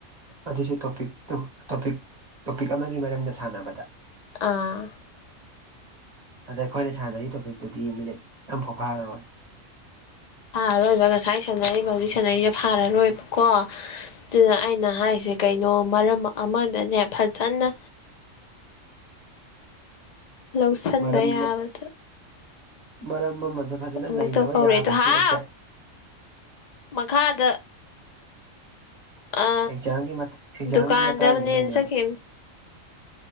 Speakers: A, on the right; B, on the left.
A: ꯑꯗꯨꯁꯨ ꯇꯣꯄꯤꯛꯇꯨ ꯇꯣꯄꯤꯛ ꯇꯣꯄꯤꯛ ꯑꯃꯒꯤ ꯃꯔꯝꯗ ꯁꯥꯟꯅꯕꯗ
B: ꯑꯥ
A: ꯑꯗ ꯑꯩꯈꯣꯏꯅ ꯁꯥꯟꯅꯔꯤ ꯇꯣꯄꯤꯛꯇꯨꯗꯤ ꯃꯤꯅꯤꯠ ꯑꯃꯝꯐꯥꯎ ꯐꯥꯔꯔꯣꯏ
B: ꯐꯥꯔꯔꯣꯏꯕ ꯉꯁꯥꯏ ꯁꯥꯟꯅꯔꯤꯕ ꯍꯧꯖꯤꯛ ꯁꯥꯟꯅꯔꯤꯁꯦ ꯐꯥꯔꯔꯣꯏꯕꯀꯣ ꯑꯗꯨꯗ ꯑꯩꯅ ꯍꯥꯏꯁꯦ ꯀꯩꯅꯣ ꯃꯔꯝ ꯑꯃꯗꯅꯦ ꯐꯖꯅ ꯂꯧꯁꯤꯟꯕ
A: ꯃꯔꯝ
B: ꯌꯥꯕꯗ
A: ꯃꯔꯝ ꯑꯃꯗ ꯐꯖꯅ
B: ꯑꯃꯨꯛꯇ
A: ꯅꯩꯅꯕ
B: ꯀꯧꯔꯛꯑꯦꯗꯣ
A: ꯌꯥꯕ ꯍꯥꯏꯁꯤ
B: ꯍꯥꯎ
A: ꯑꯦꯛꯖꯦꯛ
B: ꯃꯈꯥꯗ ꯑ
A: ꯑꯦꯛꯖꯥꯝꯒꯤ ꯃꯠ- ꯑꯦꯛꯖꯥꯝꯒꯤ
B: ꯗꯨꯀꯥꯟꯗ
A: ꯃꯇꯥꯡꯗ
B: ꯑꯃꯅꯦ
A: ꯅꯩꯅꯕ
B: ꯆꯠꯈꯤꯝ